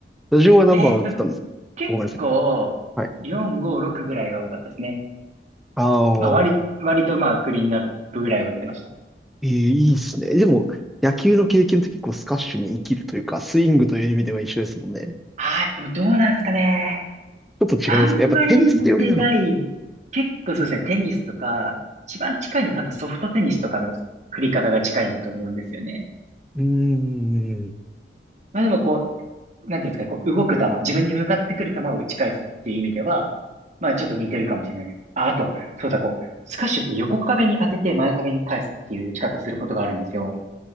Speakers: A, in the centre; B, on the right.
A: 打順は何番を打ってたんですかあごめんなさい。
B: <laughs> えーっと、結構、
A: はい。
B: 4、5、6ぐらいが多かったですね。
A: あ
B: まあ、割、
A: あ、
B: 割とまあ、クリーンナップぐらいを打ってました。
A: いいいいですね。でも、野球の経験って結構スカッシュに生きるというか、スイングという意味では一緒ですもんね。
B: ああ、でもどうなんですかね。
A: ちょっと違うんですかやっぱテニス寄りなのか
B: あんまり似てない。結構そうですね、テニスとか、一番近いの多分ソフトテニスとかの振り方が近いんだと思うんですよね。
A: なうーん。
B: まあでもこう、なんていうんですかね、こう動く球、自分に向かってくる球を打ち返すっていう意味では、まあちょっと似てるかもしれないです。あ、あと、そうだ、こう、スカッシュって横壁に当てて前壁に返すっていう打ち方することがあるんですよ。